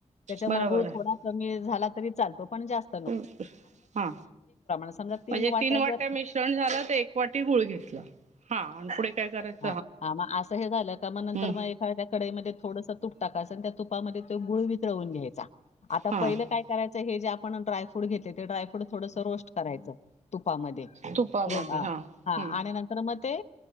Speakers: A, on the left; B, on the right.
A: त्याच्यामध्यें
B: बरोबर
A: गुळ
B: आहे
A: थोडा कमी झाला तरी चालतो, पण जास्
B: हा,
A: समजा
B: म्हणजे तीनं वाट्या
A: जर
B: मिश्रण झालं, तर एक वाटी गुळ घेतलं. हा आणि पुढे काय करायचं?
A: हा, हा, मग असं हे झालं का मग नंतर
B: हम्म
A: म एखाद्या कढाईमध्ये थोडसं तूप टाकायचं आणि त्या तुपा मध्ये गुळ वितळून घ्यायचा. आता
B: हा
A: पहिल काय करायचं, हे जे आपण ड्राय फ्रूट घेतले, ते ड्राय फ्रूट थोडंस रोस्ट करायचं तुपामध्ये
B: तुपामध्ये
A: र हा, हा
B: हम्म
A: आणि नंतर मगं ते